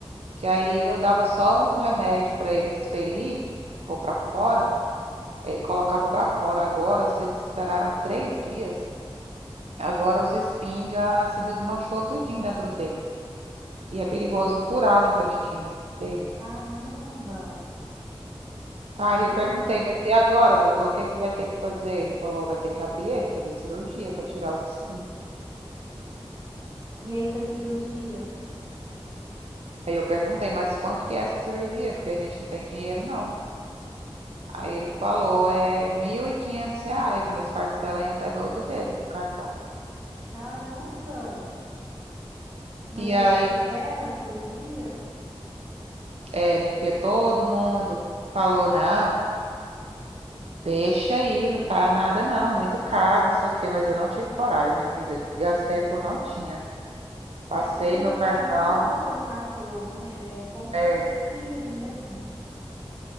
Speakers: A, on the right (about 80°); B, on the right (about 30°).
A: que aí eu dava só um remédio para ele expelir, pôr para fora e colocava para fora. Agora, vocês esperaram três dias, agora os espinhos já se desmanchou tudinho dentro dele. E é perigoso furar o intestino dele.
B: caramba,
A: Aí eu
B: nossa.
A: perguntei, mas e agora, doutor, o que é que vai ter que fazer? Ele falou, vai ter que abrir ele, fazer cirurgia para tirar os espinhos.
B: E aí fez cirurgia?
A: Aí eu perguntei, mas quanto que é essa cirurgia? Porque a gente não tem dinheiro, não. Aí ele falou, é 1.500 reais, mas parcela em até 12 vezes no cartão.
B: Caramba. Mas
A: E
B: aí
A: aí,
B: vocês fizeram a cirurgia?
A: é, minha filha, todo mundo falou, não. Deixa aí, não faz nada não, muito caro, não sei o quê, mas eu não tive coragem, amiga. Gastei o que eu não tinha. Passei
B: É porque a gente
A: meu cartão.
B: pega muito amor pelo cachorro, né? É como se
A: é.
B: fosse um filho mesmo.